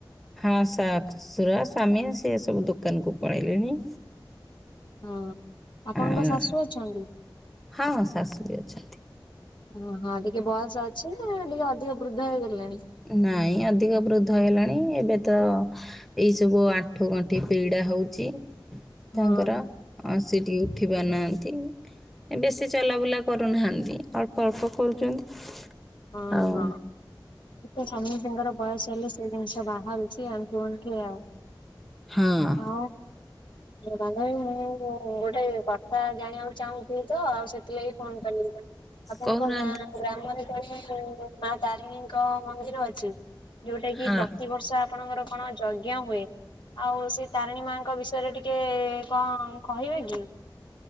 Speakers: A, in the centre; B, on the left (about 70°).
A: ହଁ ଶଶୁର ସ୍ୱାମୀ ସେ ସବୁ ଦୋକାନକୁ ପଳେଇଲେଣି।
B: ହଁ ଆପଣଙ୍କ
A: ଆଉ
B: ଶାଶୁ ଅଛନ୍ତି?
A: ହଁ ଶାଶୁ ବି ଅଛନ୍ତି।
B: ଓ ହଁ ଟିକେ ବୟସ ଅଛି ନା ଟିକେ ଅଧିକ ବୃଦ୍ଧ ହେଇଗଲେଣି?
A: ନାଇଁ ଅଧିକ ବୃଦ୍ଧ ହେଲେଣି। ଏବେ ତ ଏଇ ସବୁ ଆଣ୍ଠୁ ଗଣ୍ଠି ପିଡା ହଉଚି
B: ହଁ
A: ତାଙ୍କର। ଆଉ ସେ ଟିକେ ଉଠି ପାରୁନାହାନ୍ତି। ଏ ବେଶୀ ଚଲାବୁଲା କରୁନାହାଁନ୍ତି। ଅଳ୍ପ ଅଳ୍ପ କରୁଚନ୍ତି।
B: ହଁ
A: ଆଉ
B: ହଁ ଇତ ସମସ୍ତଙ୍କର ବୟସ ହେଲେ ସେ ଜିନିଷ ବାହାରୁଚି ଆଣ୍ଠୁ ଆଣ୍ଠି ଆଉ।
A: ହଁ।
B: ଆଉ? ବାଧବୀ ମୁଁ ଗୋଟେ କଥା ଜାଣିବାକୁ ଚାହୁଁଚି ତ ଆଉ ସେଥିଲାଗି ଫୋନ କଲି। ଆପଣଙ୍କ
A: କହୁନାହାନ୍ତି
B: ଗାଁ ଗ୍ରାମରେ କୁଆଡେ ମା ତାରିଣୀଙ୍କ ମନ୍ଦିର ଅଛି? ଯୋଉଟା କି
A: ହଁ।
B: ପ୍ରତିିବର୍ଷ ଆପଣଙ୍କର କଣ ଯଜ୍ଞ ହୁଏ। ଆଉ ସେଇ ତାରିଣୀ ମାଙ୍କ ବିସ ୟରେ ଟିକେ କଣ କହିବେ କି।